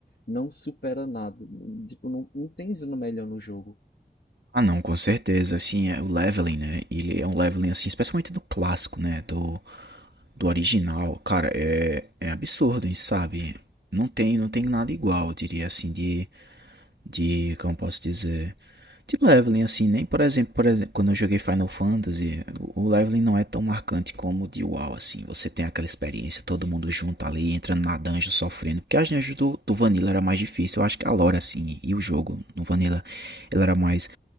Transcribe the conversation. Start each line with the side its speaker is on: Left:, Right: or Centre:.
Left: não supera nada. Tipo, não, não tem zona melhor no jogo.
Right: Ah, não, com certeza, assim, é, o leveling, né? Ele é um leveling, assim, especialmente do clássico, né? Do, do original, cara, é, é absurdo, hein, sabe? Não tem, não tem nada igual, eu diria assim, de, de, como posso dizer, de leveling, assim, nem por exemplo, por exemplo, quando eu joguei Final Fantasy, o o leveling não é tão marcante como o de WoW, assim, você tem aquela experiência, todo mundo junto ali, entrando na dungeon, sofrendo, porque as dungeons do, do Vanilla era mais difícil, eu acho que a lore, assim, e o jogo no Vanilla, ele era mais,